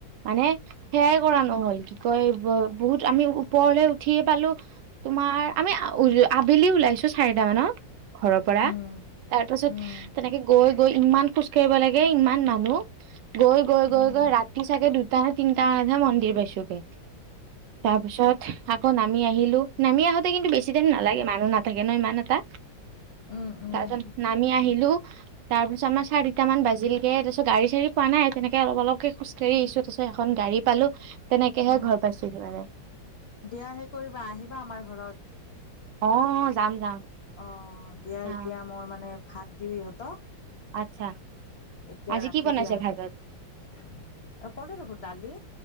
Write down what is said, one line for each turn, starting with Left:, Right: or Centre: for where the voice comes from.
Right: মানে সেয়াই কৰা নহ'ল কি কয় বহুত আমি ওপৰলে উঠিয়ে পালো তোমাৰ আমি আবেলি ওলাইছো চাৰিট মানত ঘৰৰ পৰা
Left: উম
Right: তাৰ পাছত
Left: উম উম
Right: তেনেকে গৈ গৈ ইমান খোজ কঢ়িব লাগে এই ইমান মানুহ গৈ গৈ
Left: উম
Right: গৈ গৈ ৰাতি চাগে দুটা নে তিনটা মানতহে মন্দিৰ পাইছো গে তাৰ পিছত আকৌ নামি আহিলো নামি আহোতে কিন্তু বেছি দিন ন মানুহ নাথাকে ন ইমান এটা
Left: উম উম উম
Right: তাৰ পিছত আমি আহিলো তাৰ পিছত আমাৰ চাৰিটা মান বাজিলগে তাৰ পিছত গাড়ী চাৰী পোৱা নাই তেনেকে অলপ অলপকে খোজ কাঢ়ি হেৰী চুপচে এখন গাড়ী পালো তেনেকেহে
Left: অ
Right: ঘৰ পাইছোহি মানে।
Left: দিয়া হে কৰিবা আহিবা আমাৰ ঘৰত
Right: অ যাম যাম
Left: অ দিয়া
Right: অ
Left: এতিয়া মই মানে ভাত দিওঁ ইহঁতক
Right: আচ্ছা!
Left: এতিয়া
Right: আজি
Left: ৰাখো
Right: কি বনাইছে
Left: দিয়া
Right: ভাগত
Left: কলো দেখোন দালি